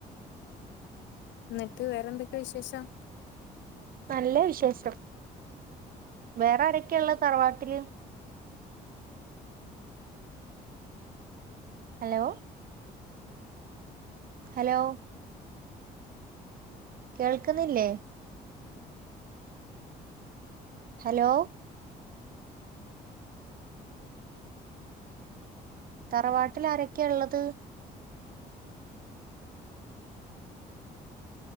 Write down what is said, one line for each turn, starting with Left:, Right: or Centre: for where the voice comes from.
Left: എന്നിട്ട് വേറെന്തൊക്കെയാ വിശേഷം
Right: നല്ല വിശേഷം വേറെ ആരൊക്കെയാ ഉള്ള തറവാട്ടില് ഹലോ ഹലോ കേൾക്കുന്നില്ലേ ഹലോ തറവാട്ടിൽ ആരൊക്കെയ ഉള്ളത്